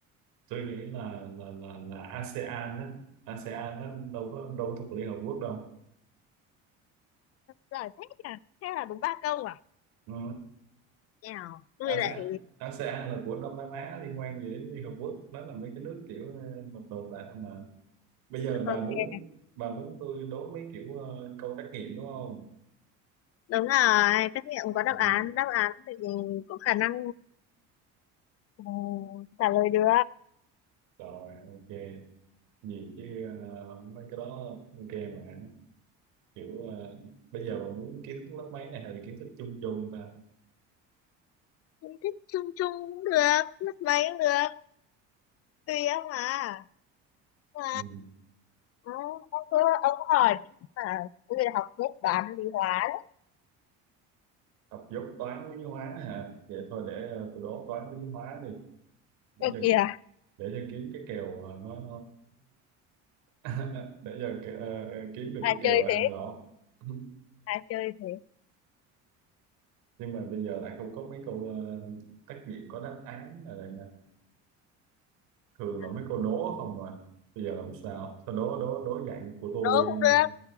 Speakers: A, on the right; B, on the left.
A: tôi nghĩ là là là, là ASEAN á. ASEAN nó đâu có đâu có thuộc Liên Hợp Quốc đâu.
B: giỏi thế nhỉ thế là đúng ba câu à
A: Ừ.
B: Nào, tôi
A: ASEAN
B: lại
A: ASEAN là của Đông Nam Á liên quan gì đến Liên Hợp Quốc? Nó là mấy cái nước kiểu ờ, một đột lại thôi mà bây giờ
B: ok
A: bà muốn bà muốn tôi đố mấy kiểu ờ, câu trắc nghiệm đúng không
B: đúng rồi tất nhiên có đáp
A: ừ,
B: án đáp án thì có khả năng ừ, trả lời được
A: rồi ok gì chứ ờ, mấy cái đó ok mà kiểu ờ, bây giờ bà muốn kiến thức lớp mấy này hay là kiến thức chung chung ta
B: Cũng thích chung chung cũng được mất mấy cũng được tùy ông à mà
A: ừ,
B: ừ, ông cứ ông hỏi mà tôi học lớp toán lý hóa đó
A: học dốt toán lý hóa hả vậy thôi để ờ, tôi đố toán lý hóa đi để
B: Ơ
A: cho
B: kìa
A: để cho kiếm cái kèo ờ, nó <laughs> để cho ờ, ờ, kiếm được cái
B: ai
A: kèo
B: chơi
A: ăn
B: thế
A: lỗ <laughs>
B: ai chơi thế
A: nhưng mà bây giờ lại không có mấy câu uh, trắc nghiệm có đáp án ở đây nè thường
B: à,
A: là mấy cô đố không mà bây giờ làm sao sao đố đố đố dạng của tôi
B: đố
A: đi
B: cũng
A: nha
B: được